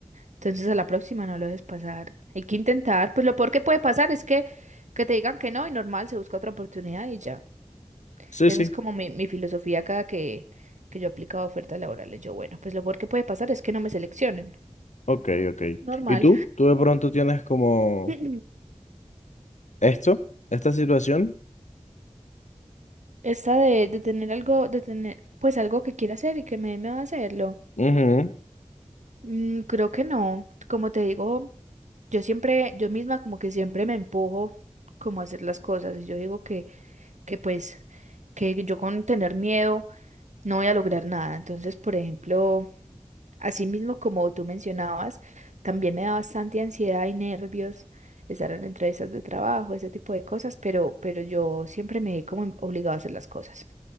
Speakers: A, on the right; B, on the left.
A: Entonces a la próxima no lo dejes pasar. Hay que intentar. Pues lo peor que puede pasar es que, que te digan que no y normal, se busca otra oportunidad y ya.
B: Sí,
A: Esa
B: sí,
A: es como mi, mi filosofía cada que, que yo aplicaba ofertas laborales. Yo, bueno, pues lo peor que puede pasar es que no me seleccionen.
B: ok, ok.
A: Normal.
B: ¿Y tú? ¿Tú de pronto tienes como
A: <clears throat>
B: esto, esta situación?
A: Esta de, de tener algo, de tener pues algo que quiera hacer y que me, me va a hacerlo.
B: Ujú.
A: Mm, creo que no. Como te digo, yo siempre, yo misma como que siempre me empujo como a hacer las cosas. Y yo digo que, que pues, que yo con tener miedo no voy a lograr nada. Entonces, por ejemplo... Asimismo, como tú mencionabas, también me da bastante ansiedad y nervios estar en entrevistas de trabajo, ese tipo de cosas, pero, pero yo siempre me he como obligado a hacer las cosas.